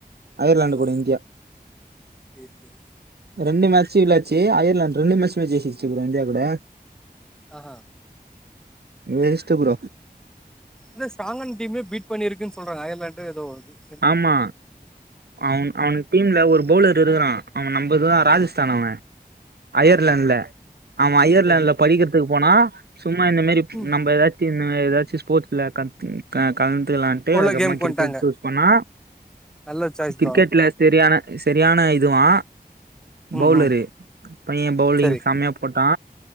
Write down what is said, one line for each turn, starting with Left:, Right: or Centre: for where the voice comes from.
Right: அயர்லாண்டு
Centre: ஆ
Right: கூட இந்தியா
Centre: சேரி சேரி
Right: ரெண்டு மேச்சி விளையாச்சி அயர்லாண்டு ரெண்டு மேச்சுமை ஜெயிச்சிச்சி ப்ரோ இந்தியா கூட
Centre: ஆஹா
Right: இ மினிஸ்ட கூட
Centre: இந்த ஸ்ட்ராங்கான டீமே பீட் பண்ணிருக்குன் சொல்றாங்க அயர்லாண்டு ஏதோ ஒரு இது
Right: ஆமா அவன் அவனு டீம்ல ஒரு பவுலர் இருக்குறா அவ நம்ப இதுதா ராஜஸ்தான்
Centre: ஆமா
Right: அவ அயர்லாண்ட்ல
Centre: ஆமா
Right: அவ அயர்லாண்ட்ல
Centre: சேரி
Right: படிக்கிறதுக்கு போனா சும்மா இந்த மாரி
Centre: ம்
Right: நம்ப ஏதாச்சு இந்த மாரி ஏதாச்சு ஸ்போர்ட்ஸ்ல கந் க கலந்துக்கலா ன்ட்டு
Centre: உள்ள
Right: அதுக்கப்பமா
Centre: கேம்க்கு
Right: கிரிக்கெட்டு
Centre: வந்ட்டாங்க
Right: அப்பனா
Centre: நல்ல சாய்ஸ்
Right: கிரிக்கெட்ல
Centre: தா
Right: செரியான செரியான இதுவா பவுலரு
Centre: ம் ம்
Right: பைய பவுலிங்
Centre: சேரி
Right: செம்மயா போட்டா